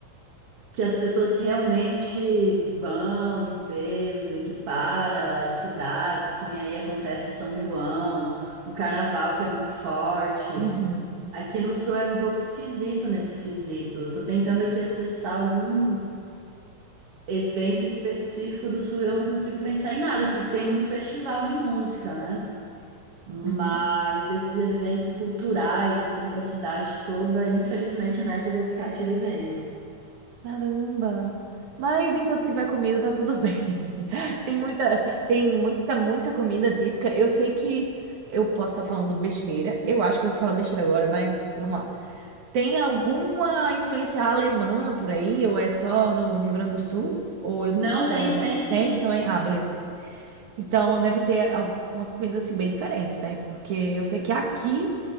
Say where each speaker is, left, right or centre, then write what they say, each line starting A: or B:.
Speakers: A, on the right; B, on the right.
A: que as pessoas realmente vão em peso e que para as cidades, que nem aí acontece o São João, o Carnaval que é muito forte.
B: uhum,
A: Aqui no Sul é um pouco esquisito nesse quesito. Eu tô tentando aqui acessar algum evento específico do Sul, eu não consigo pensar em nada, que tem muito festival de música, né? Mas
B: uhum.
A: desses eventos culturais, assim, para a cidade toda, infelizmente nessa eu vou ficar te devendo.
B: Caramba. Mas enquanto tiver comida, tá tudo bem. <laughs> Tem muita, tem muita, muita comida típica. Eu sei que eu posso estar falando besteira. Eu acho que eu vou falar besteira agora, mas vamos lá. Tem alguma influência alemã por aí? Ou é só no Rio Grande do Sul? Ou eu...
A: Não, tem,
B: ou uma-
A: tem sim.
B: Tem também? Ah, beleza. Então deve ter algumas comidas assim bem diferentes, né? Porque eu sei que aqui